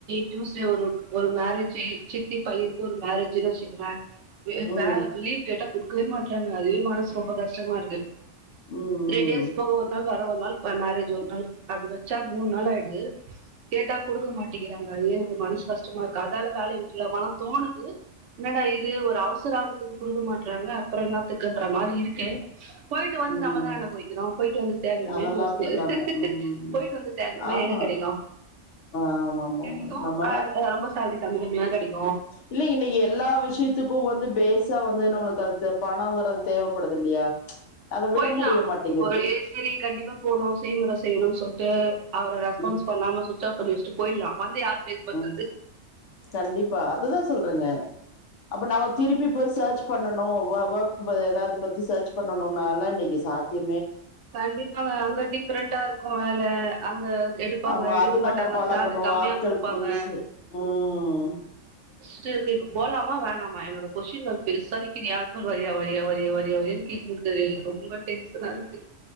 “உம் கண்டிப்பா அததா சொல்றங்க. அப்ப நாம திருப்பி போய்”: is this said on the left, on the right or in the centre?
Left